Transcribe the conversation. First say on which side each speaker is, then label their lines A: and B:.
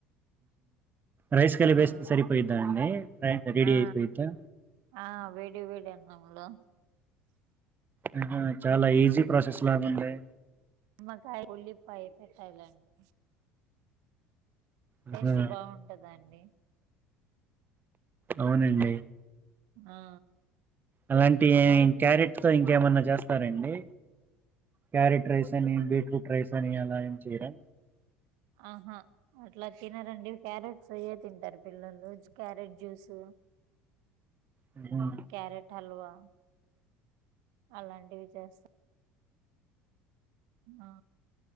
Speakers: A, on the right; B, on the right.
A: రైస్ కలిపి వేస్తే
B: ఆ
A: సరిపోయిద్దా అండి రెడీ
B: ఆ
A: అయిపోయిద్దా
B: ఆ వేడి వేడి అన్నామ్ లో
A: ఆహా చాలా ఈజీ ప్రాసెస్ లాగుందే
B: నిమ్మకాయ ఉల్లిపాయ పెట్టాలండి టేస్ట్
A: ఆహా!
B: బాగుంటదండి
A: అవునండి.
B: ఆ
A: అలాంటి ఏమి
B: నా
A: క్యారెట్ ఇంకేమన్నా చేస్తారండి క్యారెట్ రైస్ అని బీట్రూట్ రైస్ అని అలా ఏమ్ చేయరా
B: ఆహా అట్లా తినారండి క్యారెట్స్ అయ్యే తింటారు పిల్లలు క్యారెట్ జ్యూస్
A: ఆ
B: క్యారెట్ హల్వా అలాంటివి చేస్తా ఆ